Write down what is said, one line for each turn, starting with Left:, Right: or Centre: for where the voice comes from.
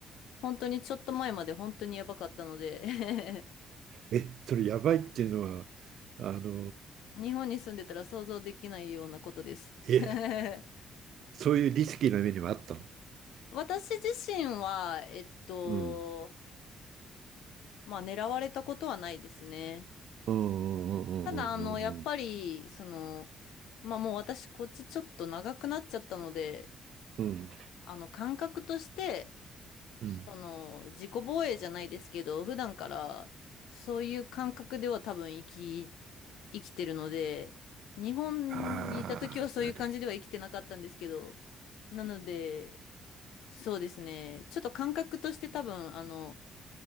Left: 本当にちょっと前まで本当にやばかったので <laughs>
Right: え、それやばいっていうのは、あの
Left: 日本に住んでたら想像できないようなことです。<laughs>
Right: え、そういうリスキーな目にもあったの。
Left: 私自身は、えっと、
Right: うん。
Left: まあ狙われたことはないですね。
Right: うんうんうんうんうん
Left: ただ、あの、やっぱり、その、まあもう私こっちちょっと長くなっちゃったので、
Right: うんうん
Left: あの、感覚として、
Right: うん
Left: その、自己防衛じゃないですけど、普段からそういう感覚では多分生き、生きてるので、日本にいた時はそういう感じでは生きてなかったんですけど、
Right: ああ、なる。
Left: なので、そうですね。ちょっと感覚として多分、あの、